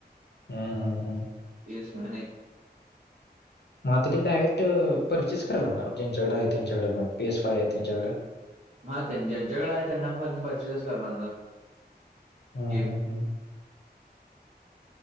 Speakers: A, on the left; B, on the right.
A: हम्म हम्म हम्म.
B: पी एस फने नाही.
A: म आता तेरी डायरेट परचेस करा लागणार ज्यांच्याकड आहे त्यांच्याकडे पण पी एस फाय आहे त्यांच्याकडं.
B: हा त्यां ज्यांच्याकडे आहे त्यांना पण परचेसच कर लागणार.
A: हम्म
B: गेम
A: हम्म हम्म.